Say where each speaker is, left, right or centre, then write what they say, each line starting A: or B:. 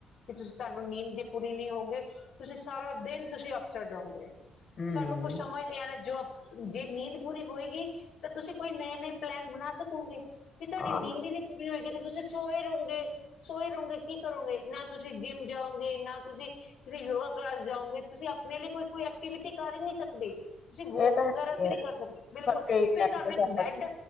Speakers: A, on the left; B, on the left.
A: ਕਿ ਤੁਸੀਂ ਤੁਹਾਨੂੰ ਨੀਂਦ ਦੀ ਪੂਰੀ ਨਹੀਂ ਹੋਗੇ ਤੁਸੀਂ ਸਾਰਾ ਦਿਨ ਤੁਸੀਂ ਅਪਸੈੱਟ ਰਹੋਗੇ।
B: ਹਮ
A: ਤੁਹਾਨੂੰ ਕੁਛ ਸਮਝ ਨਹੀਂ ਆ ਰਿਹਾ ਜੋ ਆਪਾਂ ਜੇ ਨੀਂਦ ਪੂਰੀ ਹੋਏਗੀ ਤਾਂ ਤੁਸੀਂ ਕੋਈ ਨਯੇ ਨਯੇ ਪਲੈਨ ਬਣਾ ਸਕੋ ਤੂੰਗੇ। ਕੀ ਤੁਹਾਡੀ
B: ਹਾਂ
A: ਨੀਂਦ ਹੀ ਨੀ ਪੂਰੀ ਹੋਏਗੀ ਤੇ ਤੁਸੀਂ ਸੋਏ ਰਹੋਗੇ ਸੋਏ ਰਹੋਗੇ ਕੀ ਕਰੋਗੇ ਨਾ ਤੁਸੀਂ ਜਿੰਮ ਜਾਓਗੇ ਨਾ ਤੁਸੀਂ ਕਿਤੇ ਯੋਗਾ ਕਲਾਸ ਜਾਓਗੇ ਤੁਸੀਂ ਆਪਣੇ ਲਈ ਕੋਈ ਕੋਈ ਐਕਟੀਵਿਟੀ। ਕਰ ਈ ਨ੍ਹੀਂ ਸਕਦੇ। ਤੁਸੀਂ ਵੋਕ
B: ਇਹ ਤਾਂ
A: ਵਗੈਰਾ
B: ਹੈ
A: ਵੀ
B: ਹੀ
A: ਨ੍ਹੀਂ ਕਰ ਸਕਦੇ ਬਿਲਕੁਲ
B: ਕਰਕੇ ਹੀ
A: ਫਿਰ
B: ਰਹਿਣਗੇ
A: ਤਹਾਨੂੰ ਇੱਕ ਬੈਡ